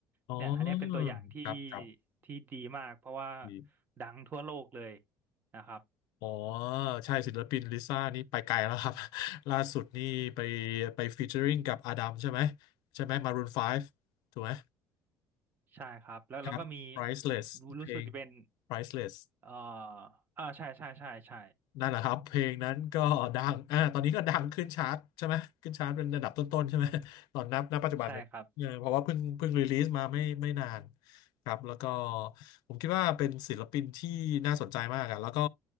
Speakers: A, on the left; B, on the right.
A: อ๋อ
B: เนี่ยอันเนี้ยเป็นตัวอย่างที่
A: ครับครับ
B: ที่ดีมากเพราะว่า
A: ดี
B: ดังทั่วโลกเลยนะครับ
A: อ๋อใช่ศิลปินลิซ่านี่ไปไกลแล้วครับ <laughs> ล่าสุดนี่ไปไปฟีเจอริงกับอาดัมใช่ไหมใช่ไหมมารูนไฟว์ถูกไหม
B: ใช่ครับแล้วแล้วก็มี
A: ครับ Priceless
B: รู้รู้สึกจะเป็น
A: เพลง Priceless
B: เอ่ออ่าใช่ใช่ใช่ใช่
A: นั่นแหละครับเพลงนั้นก็ดังอ่าตอนนี้ก็ดังขึ้นชาร์ตใช่ไหมขึ้นชาร์ตเป็นระดับต้นๆใช่ไหม <laughs> ตอนนับณปัจจุบันเนี่ยเออเพราะว่าเพิ่งเพิ่งรีลีสมาไม่ไม่นาน
B: ใช่ครับ
A: ครับแล้วก็ผมคิดว่าเป็นศิลปินที่น่าสนใจมากอะแล้วก็